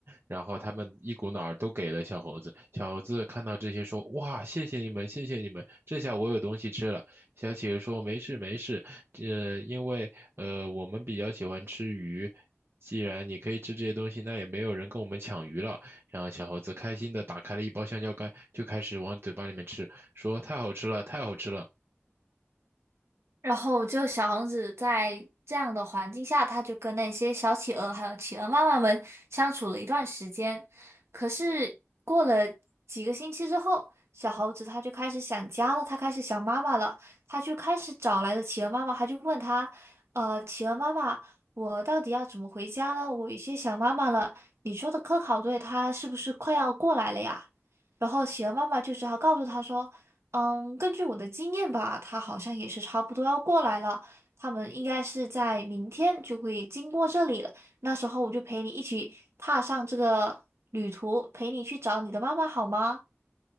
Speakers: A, on the right; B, on the right.
A: 然后他们一股脑儿都给了小猴子。小猴子看到这些说：“哇，谢谢你们，谢谢你们，这下我有东西吃了。”小企鹅说：“没事没事，呃，因为呃我们比较喜欢吃鱼，既然你可以吃这些东西，那也没有人跟我们抢鱼了。”然后小猴子开心的打开了一包香蕉干，就开始往嘴巴里面吃，说：“太好吃了，太好吃了。”
B: 然后就小王子在这样的环境下，他就跟那些小企鹅还有企鹅妈妈们相处了一段时间。可是过了几个星期之后，小猴子他就开始想家了，他开始想妈妈了，他就开始找来了企鹅妈妈，他就问他，呃，企鹅妈妈，我到底要怎么回家呢？我有些想妈妈了。你说的科考队，他是不是快要过来了呀？然后企鹅妈妈就只好告诉他说。嗯，根据我的经验吧，他好像也是差不多要过来了。他们应该是在明天就会经过这里了。那时候我就陪你一起踏上这个旅途，陪你去找你的妈妈，好吗？